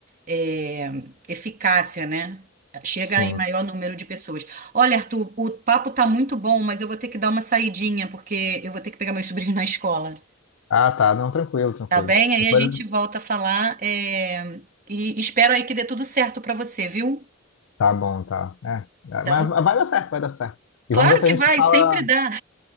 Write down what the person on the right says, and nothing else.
é, eficácia, né? Chega
em maior número de pessoas. Olha, Arthur, o papo tá muito bom, mas eu vou ter que dar uma saidinha, porque eu vou ter que pegar meu sobrinho <laughs> na escola.
Tá bem? Aí
a gente volta a falar, é, e espero aí que dê tudo certo para você, viu?
Então,
claro
que
vai,
sempre dá.